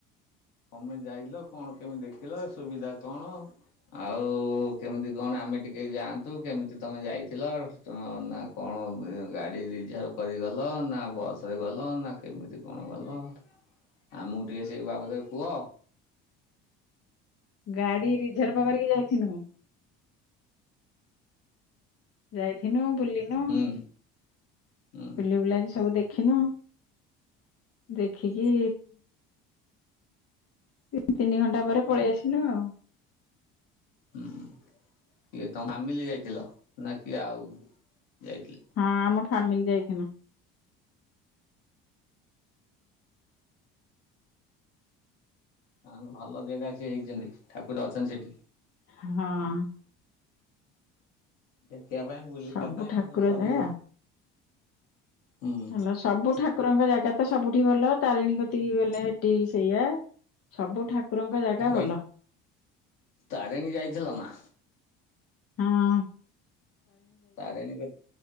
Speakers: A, on the left (about 65°); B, on the left (about 45°).
A: ତମେ ଯାଇଥିଲ କଣ କେମିତି ଦେଖିଲ ସୁବିଧା କଣ। ଆଉ କେମିତି କଣ ଆମେ ଟିକେ ଯାଆନ୍ତୁ କେମିତି ତମେ ଯାଇଥିଲ। ନା କଣ ଗାଡ଼ି ରିଜର୍ଭ କରିଗଲ ନା ବସରେ ଗଲ ନା କେମିତି କଣ ଗଲ ଆମକୁ ଟିକେ ସେଇ ବାବଦରେ କୁହ।
B: ଗାଡି ରିଜର୍ଭ କରିକି ଯାଇଥିନୁଁ। ଯାଇଥିନୁ ବୁଲିନୁ।
A: ହୁଁ। ହୁଁ
B: ବୁଲି ବୁଲା କି ସବୁ ଦେଖିନୁ। ଦେଖିକି ଦି ତିନି ଘଣ୍ଟା ପରେ ପଳେଇ ଆସିନୁ ଆଉ।
A: ହୁଁ କିଏ ତମ ଫାମିଲି ଯାଇଥିଲ। ନା କିଏ ଆଉ ଯାଇଥିଲେ?
B: ହଁ ଆମ ଫାମିଲି ଯାଇଥିନୁ।
A: ତାହେଲେ ଭଲ ଜେଗା ସିଏ ହେଇଚନ୍ତି। ଠାକୁର ଅଛନ୍ତି ସେଠି।
B: ହଁ
A: ଦେତିଆ ପାଇଁ ବୁଲିବା
B: ସବୁ
A: ପାଇଁ
B: ଠାକୁର
A: ମୋ ସବୁ
B: ଜାଗା
A: ହୁଁ
B: ହେଲ ସବୁ ଠାକୁରଙ୍କ ଜାଗା ତ ସବୁଠି ଭଲ ତାରିଣୀ କତିକି ଗଲେ ହେଟି ସେଇଆ। ସବୁ ଠାକୁରଙ୍କ ଜାଗା
A: ତାରେ
B: ଭଲ।
A: ତାରିଣୀ ଯାଇଥିଲ ନା।
B: ହଁ
A: ତାରିଣୀ ପୀ